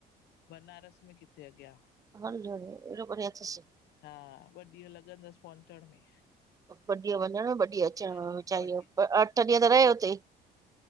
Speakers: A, on the left; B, on the right.
A: बनारस में किथे अॻियां
B: हल रे! हेॾो परे अथस
A: हा ॿ ॾींहं लॻंदस पहुचण में
B: ॿ ॾींहं वञण, ॿ ॾींहं अचण,
A: हा
B: वेचारीयजो।
A: ॿ
B: अठ ॾींहं त रहे हुतें।